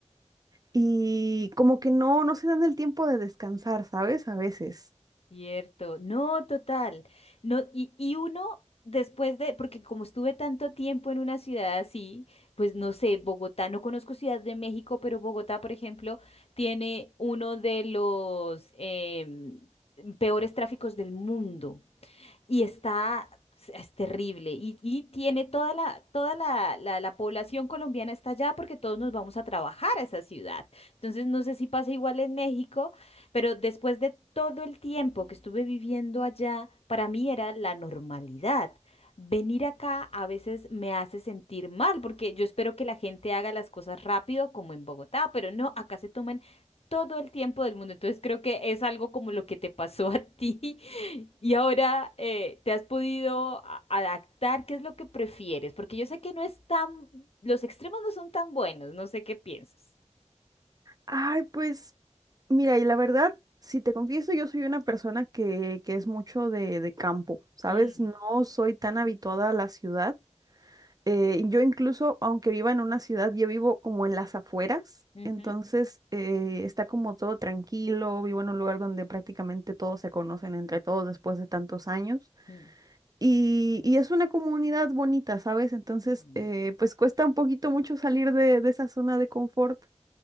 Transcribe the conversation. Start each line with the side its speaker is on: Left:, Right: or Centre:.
Right: Y como que no, no se dan el tiempo de descansar, ¿sabes? A veces.
Left: Cierto, no, total. No, y, y uno después de, porque como estuve tanto tiempo en una ciudad así, pues no sé, Bogotá, no conozco Ciudad de México, pero Bogotá, por ejemplo, tiene uno de los em, peores tráficos del mundo y está, es terrible. Y, y tiene toda la, toda la, la, la población colombiana está allá porque todos nos vamos a trabajar a esa ciudad. Entonces, no sé si pasa igual en México, pero después de todo el tiempo que estuve viviendo allá, para mí era la normalidad. Venir acá a veces me hace sentir mal porque yo espero que la gente haga las cosas rápido como en Bogotá, pero no, acá se toman todo el tiempo del mundo. Entonces creo que es algo como lo que te pasó a ti, <laughs> Y ahora, eh, ¿te has podido a- adaptar? ¿Qué es lo que prefieres? Porque yo sé que no es tan, los extremos no son tan buenos, no sé qué piensas.
Right: Ay, pues, mira, y la verdad, si te confieso, yo soy una persona que, que es mucho de, de campo, ¿sabes?
Left: Mm,
Right: No soy tan habituada a la ciudad. Eh, yo incluso, aunque viva en una ciudad, yo vivo como en las afueras,
Left: ujú,
Right: entonces eh, está como todo tranquilo, vivo en un lugar donde prácticamente todos se conocen entre todos después de tantos años
Left: mm,
Right: y, y es una comunidad bonita, ¿sabes? Entonces,
Left: Mm.
Right: eh, pues cuesta un poquito mucho salir de, de esa zona de confort,